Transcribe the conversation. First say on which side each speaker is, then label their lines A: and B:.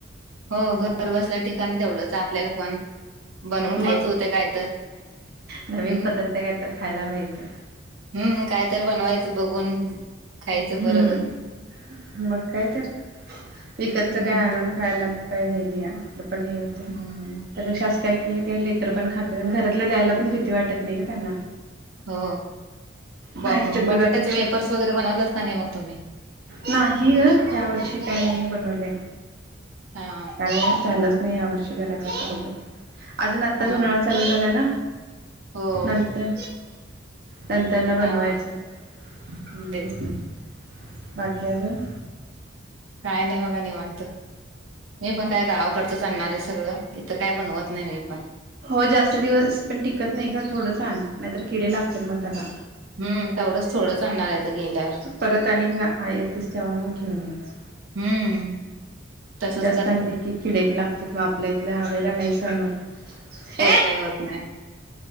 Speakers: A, on the right (about 80°); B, on the right (about 50°).
A: हो, घर बसल्या ठिकाणी तेवढंच आपल्याला पण बनवून
B: मग,
A: खायचं होतं काय तर
B: नवीन
A: हम्म
B: पदार्थ काय तर खायला मिळतंय.
A: हम्म. काय तर बनवायचं बघून, खायचं परत.
B: हम्म मग काय तर, विकतचं
A: हम्म
B: काय आणून खाण्यात पण हे नाही, आपलं पण हे होतं.
A: हम्म.
B: त्यापेक्षा असं काय केले की लेकरं पण खातेत, अन घरातलं द्यायला पण भीती वाटत नाही गं त्यांना.
A: हो,
B: बाहेरच्या
A: बं
B: दुधापेक्षा
A: बटाट्याचे वेपर्स वगैरे बनवलेत का नाही मग तुम्ही?
B: नाही गं, यावर्षी काय नाही बनवले.
A: हा.
B: झालंच नाही या वर्षी करायचं, आता बघूया. अजून आत्ताच
A: हा
B: उन्हाळा चालू झालाय ना.
A: हो
B: नंतर, नंतर ना बनवायचं.
A: हा हा
B: हम्म्,
A: तेच की
B: बाकी अजून?
A: काय नाही बघा, निवांत. नाय पण काय गावाकडचंच आणणार आहे सगळं, इथं काय बनवत नाही मी.
B: हो, जास्त दिवस पण टिकत नाही गं, थोडंच आण. नाहीतर, किडे लागतात मग त्याला.
A: हम, तेवढंच थोडं तांदळ्यात गेल्यावर
B: परत आणि आहेतच, तेव्हा मग घेऊन यायचं.
A: हम्म. तसंच
B: जास्त
A: करते
B: आणलं की किडे एक लागतात, मग आपल्या इथल्या हवेला नाही सहन होत. हे
A: होत नाही, होत नाही.